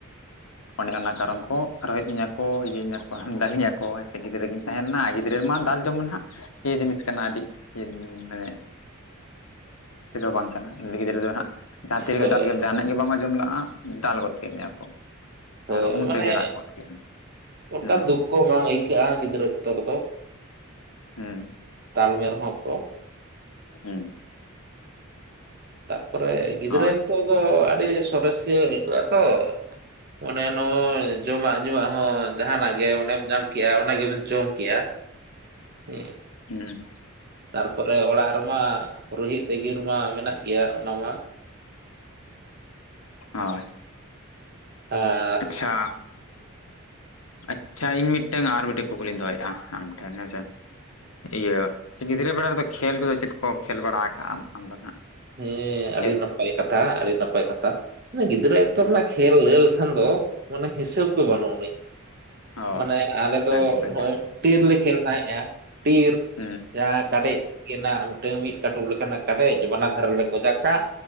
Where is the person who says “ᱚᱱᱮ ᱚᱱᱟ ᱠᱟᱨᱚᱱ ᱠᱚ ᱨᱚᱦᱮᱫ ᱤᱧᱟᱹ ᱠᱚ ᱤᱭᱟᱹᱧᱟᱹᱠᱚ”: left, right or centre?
Left